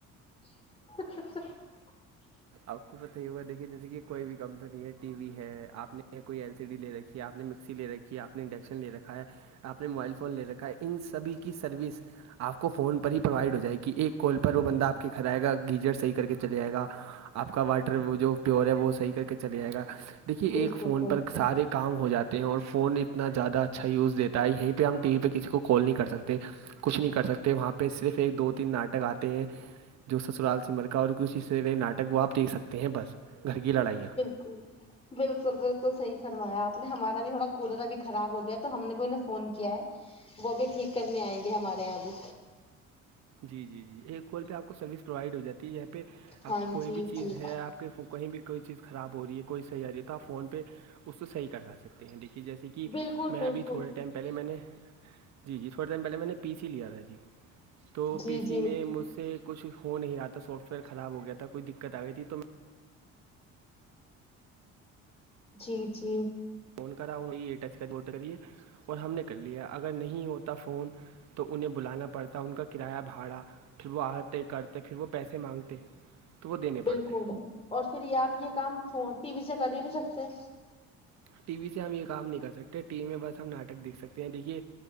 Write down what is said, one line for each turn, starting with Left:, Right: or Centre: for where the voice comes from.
Left: <inaudible>
Right: آپ کو پت ہی ہوا دیکھیے جیسے کہ کوئی بھی کمپنی ہے ٹی وی ہے آ نے کوئی این سی ڈی لے رکھی آپ نے مکسی لے رکھی ہے آپ نے انڈکشن لے رکھا ہے آ نے موبائل فون لے رکھا ہے ان سبھی کی سروس آپ کو فون پر ہی پرووائڈ ہو جائے گی ایک کال پر وہ بندہ آپ کے گھر آئے گا گیزر صحیح کر کے چے جائے گا آپ کا واٹر وہ جو پیور ہے وہ صحیح کر کے چلے جائے گا دیکھیے
Left: بالکل
Right: ایک فون
Left: بالکل
Right: پر سارے کام ہو جاتے ہیں اور فون اتنا زیادہ اچھا یوز دیتا ہے یہیں پہ ہم ٹی وی پہ کسی کو کال نہیں کر سکتے کچھ نہیں کر سکتے وہاں پہ صرف ایک دو تین ناٹک آتے ہیں جو سسرال سمر کا اور کسی سے نئے ناٹک وہ آپ دیکھ سکتے ہیں بس گھر کی لڑائیاں
Left: کو بالکل بالکل صحیح فرمایا آپ نے ہمارا بھی تھوڑا کولر ابھی خراب ہو گیا تو ہم نے بھی انہیں فون کیا ہے وہ بھی ٹھیک کرنے آئیں گے ہمارے یہاں بھی
Right: جی جی جی ایک کال پہ آپ کو سروس پرووائڈ ہو جاتی ہے یہاں پہ
Left: ہاں
Right: آپ کوئی
Left: جی
Right: بھی چیز
Left: جی
Right: ہے آپ کہیں بھی کوئی چیز خراب ہو رہی ہے کوئی صحیح آ رہی ہے آپ فون پہ اس کو صحیح کروا سک ہیں دیکھیے جیسے کہ
Left: بالکل
Right: کہ میں
Left: بالکل
Right: ابھی تھوڑے ٹائم پہلے میں نے جی جی تھوڑے ٹائم پہلے میں نے پی سی لیا تھا جی تو
Left: جی
Right: پی سی
Left: جی
Right: میں مجھ سے کچھ ہو نہیں رہا تھا سافٹ ویئر خراب ہو گیا تھا کوئی دقت آ گئی تھی تو میں
Left: جی جی
Right: فون کرا انہوں یہ ا ٹچ کر وٹ کریے اور ہم نے کر لیا اگر نہیں ہوتا فون تو انہیں بلانا پڑتا ان کا کرایہ بھاڑا پھر وہ آتے کرتے پھر وہ پیسے مانگتے تو وہ دینے
Left: بالکل
Right: پڑتے
Left: اور پھر یہ آپ یہ کام ٹی وی سے کر ہی نہیں سکتے
Right: ٹی وی سے ہم یہ کام نہیں کر سکتے ٹی وی میں بس ہم ناٹک دیکھ سکتے ہیں دیکھیے